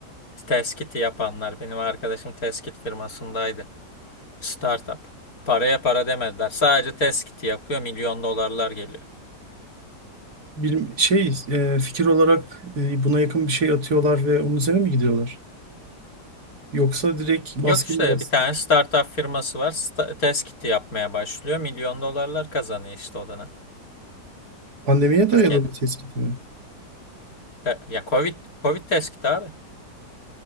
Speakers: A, on the left (about 55°); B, on the right (about 65°).
A: test kiti yapanlar. Benim arkadaşım test kit firmasındaydı. Startup. Paraya para demediler. Sadece test kiti yapıyor. Milyon dolarlar geliyor.
B: Bir şey e, fikir olarak e, buna yakın bir şey atıyorlar ve onun üzerine mi gidiyorlar? Yoksa direkt maske
A: Yok işte
B: mi bastı?
A: bir tane startup firması var. Sta test kiti yapmaya başlıyor. Milyon dolarlar kazanıyor işte o dönem.
B: Pandemiye
A: Türkiye'de.
B: dayalı bir tespit mi?
A: Te- ya Covid, Covid test kiti abi.